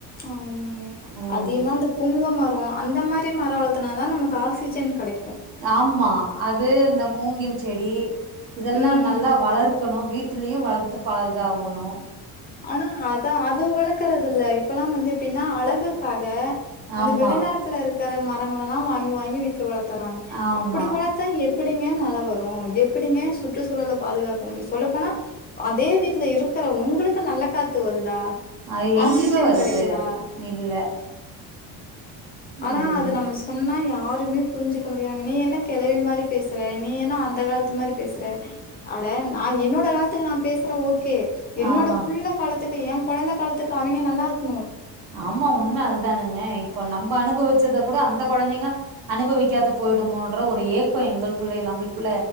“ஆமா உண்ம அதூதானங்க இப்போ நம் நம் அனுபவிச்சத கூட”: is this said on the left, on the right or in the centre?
Right